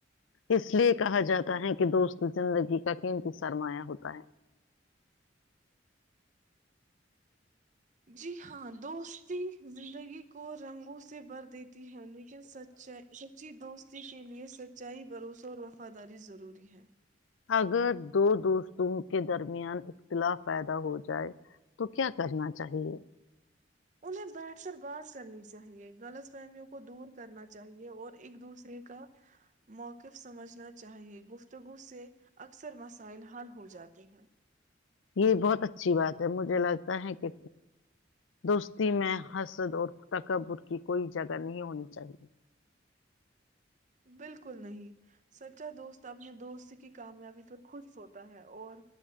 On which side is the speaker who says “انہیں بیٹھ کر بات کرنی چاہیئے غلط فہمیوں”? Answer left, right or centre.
Right